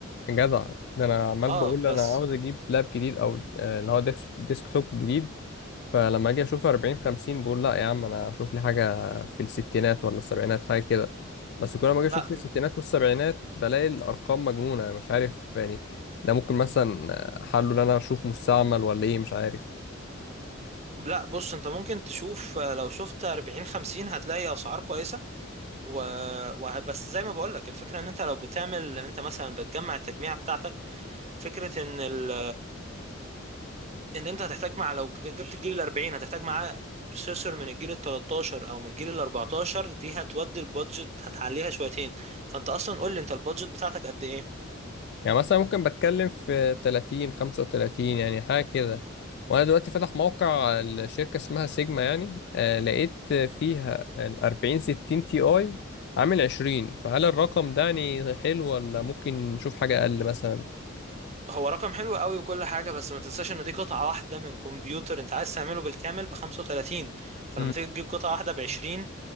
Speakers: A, on the left; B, on the right.
A: جدع ده انا عمال
B: اه
A: بقول
B: بس
A: انا عاوز اجيب لاب جديد او آه، اللي هو ديسك توب جديد فلما اجي اشوف 40 50 بقول لا يا عم انا اشوف لي حاجه في الستينات ولا السبعينات حاجه كده بس كل ما اجي اشوف
B: لا
A: في الستينات والسبعينات بلاقي الارقام مجنونه مش عارف يعني ده ممكن مثلا حله ان انا اشوف مستعمل ولا ايه مش عارف
B: لا بص انت ممكن تشوف آه، لو شفت 40 50 هتلاقي اسعار كويسه و... و... بس زي ما بقول لك الفكره ان انت لو بتعمل انت مثلا بتجمع التجميعه بتاعتك فكره ان ال ان انت هتحتاج مع لو جبت الجيل ال 40 هتحتاج معاه بروسيسور من الجيل ال 13 او من الجيل ال 14 دي هتودي البادجت هتعليها شويتين فانت اصلا قول لي انت البادجت بتاعتك قد ايه
A: يعني مثلا ممكن بتكلم في 30 35 يعني حاجة كده وانا دلوقتي فاتح موقع الشركة اسمها سيجما يعني آه لقيت فيها ال 40 60 تي اي عامل 20 فهل الرقم ده يعني حلو ولا ممكن نشوف حاجة اقل مثلا
B: هو رقم حلو قوي وكل حاجه بس ما تنساش ان دي قطعه واحده من كمبيوتر انت عايز تعمله بالكامل ب 35 فلما
A: مم.
B: تيجي تجيب قطعه واحده ب 20